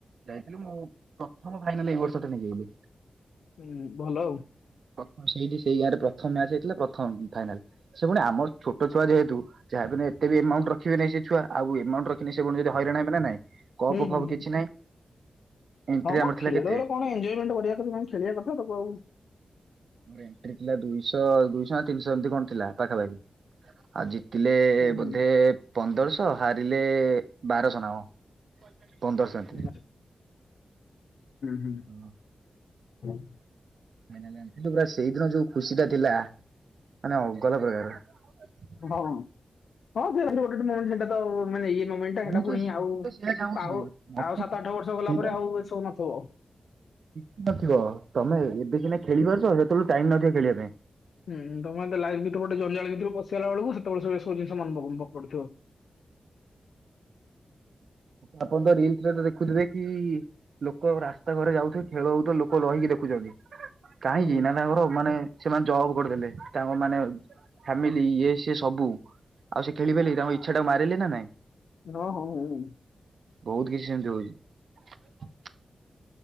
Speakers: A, on the right; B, on the left.
A: ଯାଇଥିଲୁ ମୁଁ ପ୍ରଥମ ଫାଇନାଲ ଏଇ ବର୍ଷ ଟା ନେଇଯାଇଥିଲି।
B: ହୁଁ ଭଲ ଆଉ।
A: ଥ ସେଇଠି ସେଇ ଗାଁ ରେ ପ୍ରଥମ ମ୍ୟାଚ ହେଇଥିଲା ପ୍ରଥମ ଫାଇନାଲ ସେ ପୁଣି ଆମର ଛୋଟ ଛୁଆ ଯେହେତୁ ଯାହା ସେ ଏତ ବି ଏମାଉଣ୍ଟ୍ ରଖିବେ ନାଇଁ ସେ ଛୁଆ ଆଉ ଏମାଉଣ୍ଟ ରଖି ସେ ଯଦି ହଇରାଣ ମାନ ନାଇଁ କପ୍‌
B: ହୁଁ ହୁଁ
A: ଫପ
B: ହୁଁ।
A: କିଛି ନାହିଁ। ଏଣ୍ଟ୍ରି
B: ହଁ ମ
A: ଆମର
B: ଖେଳରେ
A: ଥିଲା କେତେ
B: କଣ ଏଜୟମେଣ୍ଟ୍ କରିବା ଖେଳିବା କଥା ତାକୁ ଆଉ
A: ଆ ଏଣ୍ଟ୍ରିଥିଲା ଦୁଇଶହ ଦୁଇଶ ତିନିଶହ ଏମିତି କଣ ଥିଲା ପାଖାପାଖି ଆଉ ଜିତିଲେ
B: ହୁଁ।
A: ବୋଧେ ପନ୍ଦରଶହ। ହାରିଲେ ବାରଶହ ନା କଣ ପନ୍ଦରସ ଏ
B: ହଁ ହୁଁ
A: ହଁ
B: ହୁଁ।
A: <unintelligible> ପୁରା ସେଇ ଦିନ ଯୋଉ ଖୁସି ଟା ଥିଲା ମାନେ <unintelligible> ପ୍ରକାର।
B: ହଁ। ହଁ। ଗୋଟେ <unintelligible> ସେଟା ତ ମାନେ ଇଏ ମୁମେଣ୍ଟ୍
A: ମୁଁ
B: ଟା ଆଉ
A: ତ ମୁଁ ତ ସେଇଆ ଚାହୁଁଛି
B: ଆଉ
A: ମତେ
B: ଆଉ ସାତ ଆଠ ବର୍ଷ ଗଲା
A: ସେଇଟା
B: ତାପରେ ଆଉ ଏସବୁ ନଥବ।
A: କିଛି ନଥିବ ତମେ ଏବେ କିନା ଖେଳିପାରୁଛ ସେତେବେଳୁ ଟାଇମ୍ ନଥିବ ଖେଳିବାକୁ।
B: ହୁଁ ତମେ ଲାଇଫ୍ ଗୋଟେ ଜଞ୍ଜାଳ ଭିତରକୁ ପସିଗଲା ବେଳକୁ ସେତବେଳେ ସ ସବୁ ଜିନିଷ ମ ମନେ ପଡୁଥିବ।
A: ଆପଣ ତ ରିଲସରେ ଦେଖୁଥିବେ କି ଲୋକ ରାସ୍ତା ଘରେ ଯାଉଥିବେ ଖେଳ ହଉଥିବ ଲୋକ ରହିକି ଦେଖୁଛନ୍ତି କାହିଁକି
B: ହୁଁ
A: ନା ତାଙ୍କର ମାନେ ସେମାନେ ଜବ୍ କରିଦେଲେ ତାଙ୍କ ମାନେ ଫ୍ୟାମିଲି ଇଏ ସିଏ ସବୁ। ଆଉ ସେ ଖେଳିପାରିଲେ କି ତାଙ୍କ ଇଚ୍ଛା ଟାକୁ ମାରିଲେ ନା ନାଇଁ।
B: ହଁ ହଁ ହୁଁ।
A: ବହୁତ୍ କିଛି ସେମିତି ହଉଛି।